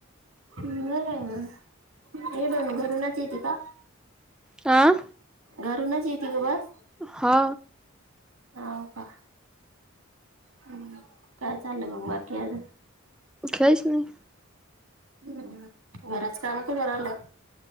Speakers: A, on the right (about 80°); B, in the centre.
A: हम्म बरंय म इडून घरूनच येते का?
B: आं
A: घरूनच येती ग बस.
B: हा
A: हाव का?. हम्, काय चाललं म, बाकी आजून.
B: कायच नाही
A: हम्म, घराचं काम कुठवर आणलं?